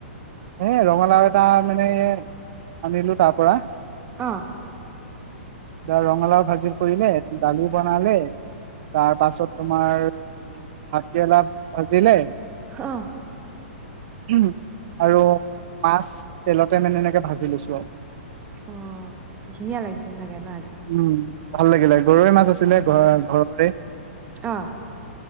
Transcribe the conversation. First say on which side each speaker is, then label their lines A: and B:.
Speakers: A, on the right; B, on the right.
A: এ ৰঙালাও এটা মানে আনিলো তাৰ পৰা
B: অ
A: এ ৰঙালাও ভাজি কৰিলে দালি বনালে তাৰ পাছত তোমাৰ ভাত কেৰেলা ভাজিলে
B: অঁ
A: উম আৰু মাছ তেলতে মানে এনেকে ভাজি লৈছো আৰু
B: অ ধুনীয়া লাগিছে চাগে ন আজি
A: উম, ভাল লাগিলে গৰৰৈ মাছ আছিলে ঘ ঘৰতৰে
B: অ